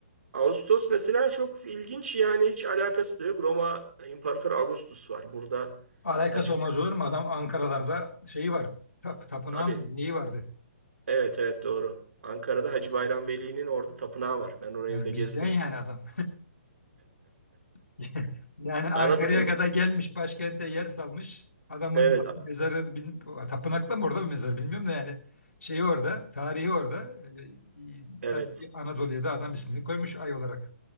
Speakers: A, on the right (about 60°); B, on the left (about 75°).
A: Ağustos mesela çok ilginç yani hiç alakası da yok. Roma İmparatoru Augustus var. Burada
B: Alakası
A: Hacı
B: olmaz olur mu? Adam Ankaralarda şeyi var. Tap, tapınağı
A: tabii
B: mı neyi vardı?
A: evet evet doğru. Ankara'da Hacı Bayram Veli'nin orada tapınağı var. Ben orayı
B: Yani
A: da gezdim.
B: bizden yani adam. <laughs> Yani Ankara'ya
A: Anadolu.
B: kadar gelmiş başkente yer salmış. Adamın
A: Evet.
B: mezarı bil- tapınakta mı orada mı mezarı bilmiyorum da yani şeyi orada, tarihi orada. Ee, e,
A: Evet.
B: tabii ki Anadolu'ya da adam ismini koymuş ay olarak.